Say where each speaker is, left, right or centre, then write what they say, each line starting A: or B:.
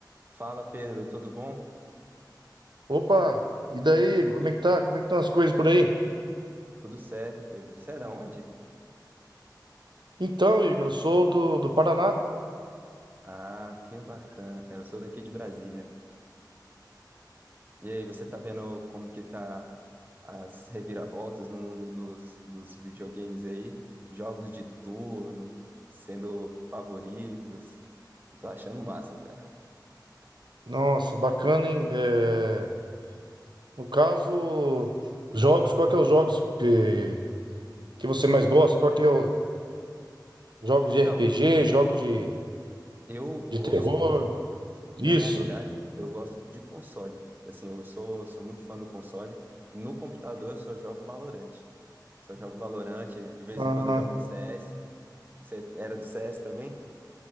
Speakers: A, on the right; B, on the right.
A: Fala, Pedro, tudo bom?
B: Opa! E daí, Igor? Como é que tá? Como é que estão as coisas por aí?
A: Tudo certo, Pedro. Você é da onde?
B: Então, Igor, eu sou do, do Paraná.
A: Ah, que bacana, cara. Eu sou daqui de Brasília. E aí, você tá vendo como que tá as reviravoltas no mundo dos, dos videogames aí? Jogos de turno sendo favoritos. Eu tô achando o máximo, cara.
B: Nossa, bacana, hein? É, No caso, jogos, qual que é os jogos que, que você mais gosta? Qual que é o... Jogos
A: Então,
B: de RPG, jogo de,
A: eu gosto,
B: de terror? Isso.
A: na realidade, eu gosto de console. Assim, eu sou, sou muito fã do console. No computador, eu só jogo Valorant. Só jogo Valorant, de vez
B: Ah,
A: em quando eu jogo um CS. Você era do CS também?